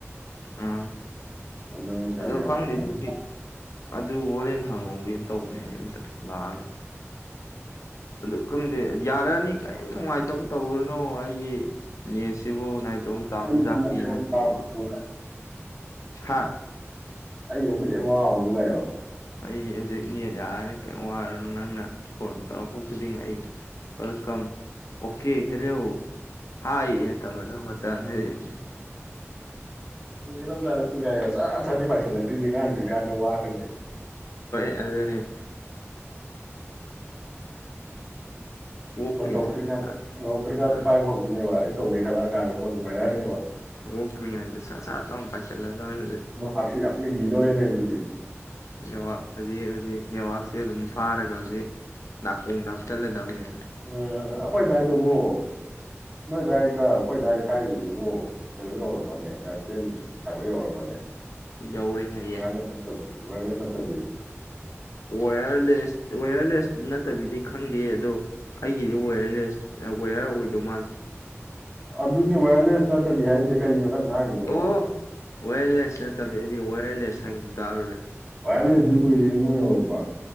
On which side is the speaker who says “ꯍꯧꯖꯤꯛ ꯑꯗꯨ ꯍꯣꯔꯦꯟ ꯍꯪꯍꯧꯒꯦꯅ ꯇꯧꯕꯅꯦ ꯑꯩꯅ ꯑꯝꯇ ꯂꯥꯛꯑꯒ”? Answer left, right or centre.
Left